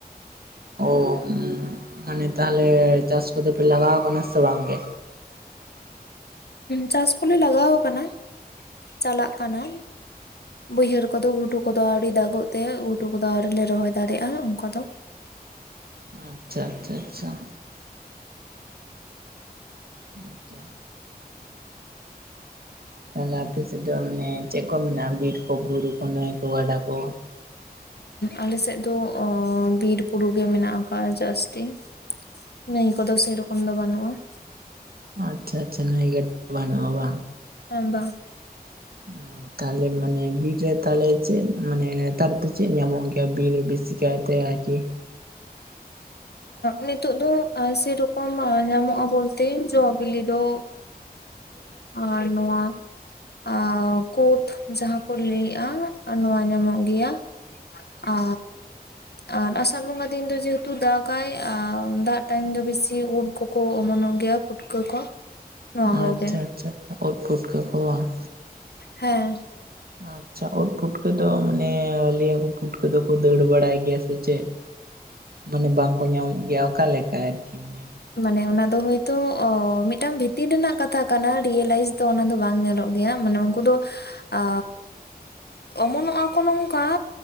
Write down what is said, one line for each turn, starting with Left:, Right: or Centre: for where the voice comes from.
Right: ᱚᱸ ᱢᱟᱱᱮ ᱛᱟᱦᱚᱞᱮ ᱪᱟᱥ ᱠᱚᱫᱚ ᱯᱮ ᱞᱟᱜᱟᱣ ᱟᱠᱟᱱᱟ ᱥᱮ ᱵᱟᱝ ᱜᱮ?
Left: ᱪᱟᱥ ᱠᱚᱞᱮ ᱞᱟᱜᱟᱣ ᱟᱠᱟᱱᱟ ᱪᱟᱞᱟᱜ ᱠᱟᱱᱟ ᱾ ᱵᱟᱹᱭᱦᱟᱹᱲ ᱠᱚᱫᱚ ᱩᱞᱴᱩ ᱠᱚᱫᱚ ᱟᱹᱣᱨᱤ ᱫᱟᱜᱚᱜ ᱛᱮ ᱩᱞᱴᱩ ᱠᱚᱫᱚ ᱟᱹᱣᱨᱤ ᱞᱮ ᱨᱚᱦᱚᱭ ᱫᱟᱲᱮᱭᱟᱜᱼᱟ ᱚᱱᱠᱟ ᱫᱚ
Right: ᱟᱪᱪᱷᱟ ᱟᱪᱪᱷᱟ ᱟᱪᱪᱷᱟ ᱦᱮᱸᱛᱚ ᱛᱟᱦᱚᱞᱮ ᱟᱯᱮ ᱥᱮᱫ ᱫᱚ ᱢᱟᱱᱮ ᱪᱮᱫ ᱠᱚ ᱢᱮᱱᱟᱜᱼᱟ ᱵᱤᱨ ᱠᱚ ᱵᱩᱨᱩ ᱠᱚ ᱱᱟᱹᱭ ᱠᱚ ᱜᱟᱰᱟ ᱠᱚ?
Left: ᱟᱞᱮ ᱥᱮᱫ ᱫᱚ ᱵᱤᱨ ᱵᱩᱨᱩ ᱜᱮ ᱢᱮᱱᱟᱜ ᱟᱠᱟᱜᱼᱟ ᱡᱟᱹᱥᱛᱤ ᱾ ᱱᱟᱹᱭ ᱠᱚᱫᱚ ᱥᱮᱨᱚᱠᱚᱢ ᱫᱚ ᱵᱟᱹᱱᱩᱜᱼᱟ ᱾
Right: ᱟᱪᱪᱷᱟ ᱟᱪᱪᱷᱟ ᱱᱟᱹᱭ ᱜᱮ ᱵᱟᱱᱩᱜᱼᱟ ᱵᱟᱝ
Left: ᱵᱟᱝ
Right: <unintelligible> ᱛᱟᱦᱚᱞᱮ ᱢᱟᱱᱮ ᱵᱤᱨ ᱨᱮ ᱛᱟᱦᱚᱞᱮ ᱪᱮᱫ ᱢᱟᱱᱮ ᱱᱮᱛᱟᱨ ᱫᱚ ᱪᱮᱫ ᱧᱟᱢᱚᱜ ᱜᱮᱭᱟ ᱵᱤᱨ ᱨᱮ ᱵᱮᱥᱤ ᱠᱟᱭᱛᱮ ᱟᱨᱠᱤ?
Left: ᱱᱤᱛᱚᱜ ᱫᱚ ᱥᱮᱨᱚᱠᱚᱢ ᱧᱟᱢᱚᱜᱼᱟ ᱵᱚᱞ ᱛᱮ ᱡᱚ ᱵᱤᱞᱤ ᱫᱚ ᱟᱨ ᱱᱚᱣᱟ ᱟᱨ ᱠᱩᱫᱷ ᱡᱟᱦᱟᱸ ᱠᱚ ᱞᱟᱹᱭᱮᱫᱼᱟ ᱱᱚᱣᱟ ᱧᱟᱢᱚᱜ ᱜᱮᱭᱟ ᱾ ᱟᱨ ᱟᱥᱟᱲ ᱵᱚᱸᱜᱟ ᱫᱤᱱ ᱫᱚ ᱡᱮᱦᱮᱛᱩ ᱫᱟᱜ ᱫᱟᱜ ᱴᱟᱭᱤᱢ ᱫᱚ ᱵᱮᱥᱤ ᱩᱫ ᱠᱚᱠᱚ ᱚᱢᱚᱱᱚᱜ ᱜᱮᱭᱟ ᱯᱩᱴᱠᱟᱹ ᱠᱚ ᱱᱚᱣᱟ ᱠᱚᱜᱮ
Right: ᱟᱪᱪᱷᱟ ᱟᱪᱪᱷᱟ ᱟᱪᱪᱷᱟ ᱩᱫ ᱯᱩᱴᱠᱟᱹ ᱠᱚ ᱵᱟᱝ
Left: ᱦᱮᱸ
Right: ᱟᱪᱪᱷᱟ ᱳᱫ ᱯᱩᱴᱠᱟᱹ ᱫᱚ ᱢᱟᱱᱮ ᱞᱟᱹᱭᱟᱠᱚ ᱯᱩᱴ ᱫᱚᱠᱚ ᱫᱟᱹᱲ ᱵᱟᱲᱟᱭ ᱜᱮᱭᱟ ᱥᱮ ᱪᱮᱫ ᱢᱟᱱᱮ ᱵᱟᱝ ᱠᱚ ᱧᱟᱢᱚᱜ ᱜᱮᱭᱟ ᱚᱠᱟ ᱞᱮᱠᱟ ᱟᱨᱠᱤ ᱦᱮᱸ
Left: ᱢᱟᱱᱮ ᱚᱱᱟ ᱫᱚ ᱦᱳᱭᱛᱚ ᱢᱤᱫᱴᱟᱝ ᱵᱷᱤᱛᱤᱨ ᱨᱮᱱᱟᱜ ᱠᱟᱛᱷᱟ ᱠᱟᱱᱟ ᱨᱤᱭᱮᱞᱟᱭᱤᱥ ᱫᱚ ᱚᱱᱟ ᱫᱚ ᱵᱟᱝ ᱧᱮᱞᱚᱜ ᱜᱮᱭᱟ ᱢᱟᱱᱮ ᱠᱩ ᱫᱚ ᱟᱻ ᱚᱢᱚᱱᱚᱜ-ᱟ ᱠᱚ ᱱᱚᱝᱠᱟ